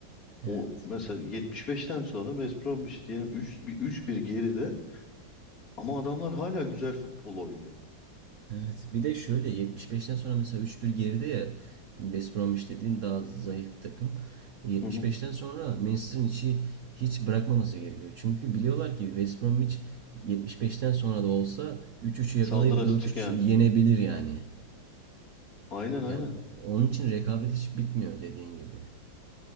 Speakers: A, on the right; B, on the left.
A: Evet.
B: O mesela 75'ten sonra West Bromwich diyelim 3 bir 3-1 geride ama adamlar hala güzel futbol oynuyor.
A: Evet. Bir de şöyle 75'ten sonra mesela 3-1 geride ya West Bromwich dediğin daha zayıf bir takım. 75'ten
B: Hı hı.
A: sonra Manchester'ın içi hiç bırakmaması gerekiyor. Çünkü biliyorlar ki West Bromwich 75'ten sonra da olsa 3-3'ü yakalayıp
B: Saldıracak
A: 4-3
B: yani.
A: yenebilir yani.
B: Aynen aynen.
A: Yani onun için rekabet hiç bitmiyor dediğin gibi.